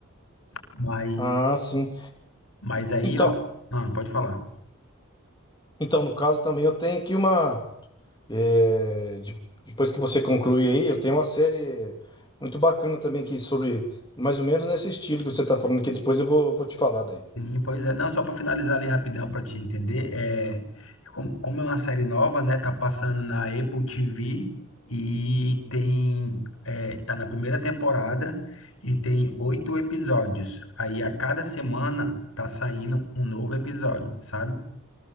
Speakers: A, on the left; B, on the left.
A: Mas,
B: Ah, sim.
A: mas aí,
B: Então,
A: ó, ah, pode falar.
B: então no caso também eu tenho aqui uma. é, de- depois que você concluir aí, eu tenho uma série muito bacana também que sobre mais ou menos nesse estilo que você está falando, que depois eu vou, vou te falar daí.
A: Sim, pois é. Não, só para finalizar ali rapidão para te entender, é, como, como é uma série nova, né? Tá passando na Apple TV e tem, é, tá na primeira temporada e tem oito episódios. Aí a cada semana tá saindo um novo episódio, sabe?